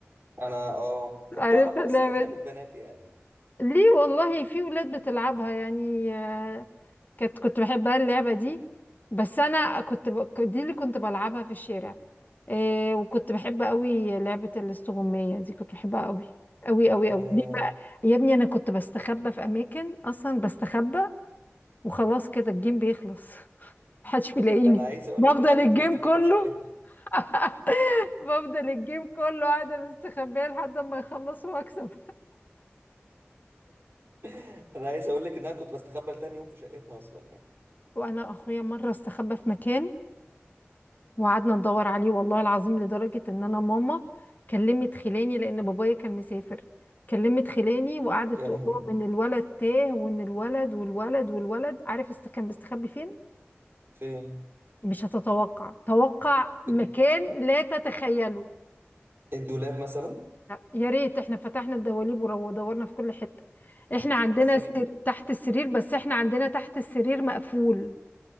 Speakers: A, on the right; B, on the left.
A: أنا آه كنت
B: عارفه
A: أعرفها بس
B: اللعبه
A: كانت لعبة
B: دي؟
A: بنات يعني
B: ليه والله في اولاد بتلعبها يعني آه كنت كنت بحبها اللعبه دي بس انا كنت ب... كنت- دي اللي كنت بلعبها في الشارع آه وكنت بحب قوي لعبه الاستغمايه دي كنت بحبها قوي قوي قوي
A: ياه
B: قوي ليه بقى يا ابني انا كنت بستخبى في اماكن اصلا بستخبى وخلاص كده الجيم بيخلص محدش بيلاقيني
A: ده انا عايز اقول
B: بفضل
A: لك ان انا
B: الجيم
A: كنت بستخبى
B: كله
A: في شقتنا
B: <laughs> بفضل الجيم كله قاعدة مستخبية لحد ما يخلصوا واكسب
A: <laughs> انا عايز اقول لك ان انا كنت بستخبى لتاني يوم في شقتنا اصلا يعني
B: وانا اخويا مرة استخبى في مكان وقعدنا ندور عليه والله العظيم لدرجة ان انا ماما كلمت خلاني لان بابايا كان مسافر كلمت خلاني وقعدت
A: يا
B: تقول
A: لهوي
B: لهم ان الولد تاه وان الولد والولد والولد عارف است كان مستخبي فين
A: فين
B: مش هتتوقع توقع
A: في
B: مكان لا تتخيله
A: الدولاب مثلا
B: لا يا ريت احنا فتحنا الدواليب ورو- ودورنا في كل حتة احنا عندنا
A: تحت السرير
B: سر... تحت السرير بس احنا عندنا تحت السرير مقفول